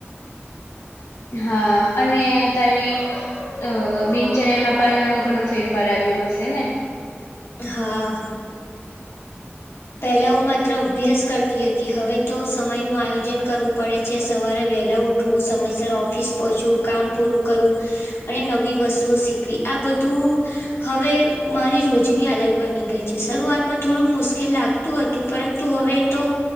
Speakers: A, on the left; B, on the left.
A: હા અને તારી. અંઅ દિનચર્યા માં પણ ઘણો ફેરફાર આવ્યો હશે ને.
B: હા પહેલા હુ માત્ર અભ્યાસ કરતી હતી હવે તો સમયનું આયોજન કરવું પડે છે સવારે વહેલા ઉઠ. હું સમયસર ઓફિસ પહોંયવુ કામ પૂરું કરું. અને નવી વસ્તુઓ શીખવી આ બધું. હવે મારી રોજની આદત બની ગઈ છે શરૂઆતમાં થોડું મુશ્કેલ લાગ. તુ હતું પરંતુ હવે તો